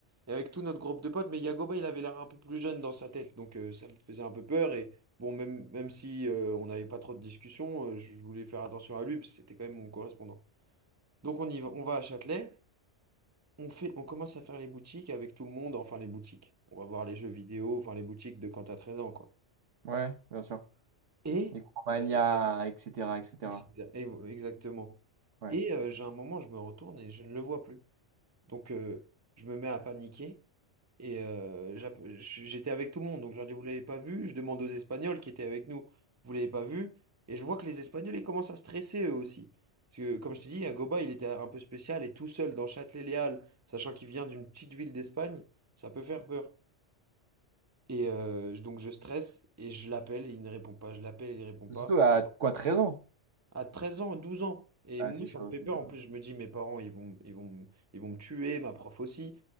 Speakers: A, on the right; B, on the right.
A: Et avec tout notre groupe de potes, mais Yagoba, il avait l'air un peu plus jeune dans sa tête, donc euh, ça me faisait un peu peur. Et bon, même, même si euh, on n'avait pas trop de discussions, euh, je je voulais faire attention à lui, parce que c'était quand même mon correspondant. Donc on y va, on va à Châtelet, on fait, on commence à faire les boutiques avec tout le monde, enfin les boutiques. On va voir les jeux vidéo, enfin les boutiques de quand t'as 13 ans, quoi.
B: Ouais, bien sûr.
A: Et,
B: Micromania,
A: euh,
B: etc., etc.
A: etc. Et- exactement.
B: Ouais.
A: Et euh, j'ai un moment, je me retourne et je ne le vois plus. Donc euh, je me mets à paniquer. Et euh, j'app- j'étais avec tout le monde, donc je leur dis, vous l'avez pas vu? Je demande aux Espagnols qui étaient avec nous, vous l'avez pas vu? Et je vois que les Espagnols, ils commencent à stresser eux aussi. Parce que, comme je te dis, Agoba, il était un peu spécial et tout seul dans Châtelet-Léal, sachant qu'il vient d'une petite ville d'Espagne, ça peut faire peur. Et euh, donc je stresse et je l'appelle et il ne répond pas, je l'appelle et il ne répond pas.
B: Surtout à quoi, treize ans?
A: À 13 ans, 12 ans. Et
B: Ah,
A: moi,
B: c'est
A: ça
B: chaud,
A: me fait
B: c'est
A: peur.
B: chaud.
A: En plus, je me dis, mes parents, ils vont, ils vont, me- ils vont me tuer, ma prof aussi.